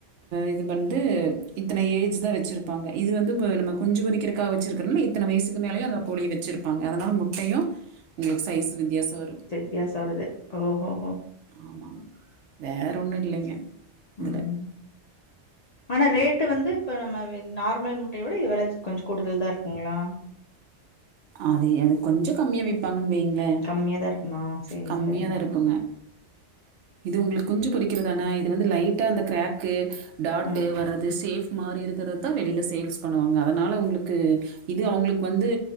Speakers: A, on the right (about 80°); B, on the left (about 55°).
A: இது பந்து இத்தன ஏஜ் தானே வச்சிருப்பாங்க இது வந்து நம்ம குஞ்சு பொரிக்கிறக்காக வச்சிருக்க என்ன இத்தன வயசுக்கு மேலயு அந்த கோழி வச்சிருப்பாங்க அதனால முட்டையு உங்களுக்கு சைஸ் வித்தியாசோ வரு
B: வித்தியசோ வருது ஓ ஓ ஓ
A: ஆமா வேற ஒண்ணு இல்லைங்க
B: சரி.
A: இதுல
B: ம். ஆனா ரேட்டு வந்து இப்ப நம்ம நார்மல் முட்டையவிட இது வேள கொஞ்சு கூடுதல் தா இருக்குங்களா
A: அது அது கொஞ்சு கம்மியா விப்பாங்கன்னு வைங்களே
B: கம்மியா தா இருக்குமா சரிங்க,
A: கம்மியாதா
B: சரிங்க.
A: இருக்குங்க இது உங்களுக்கு குஞ்சு பொறிக்கிறதான இது வந்து லைட்டா அந்த கிரேக்கு டாட்டு
B: ம்,
A: வர்றது சேஃப் மாறி இருக்கிறதுதா வெளியில சேல்ஸ் பண்ணுவாங்க அதனால உங்களுக்கு இது அவங்களுக்கு வந்து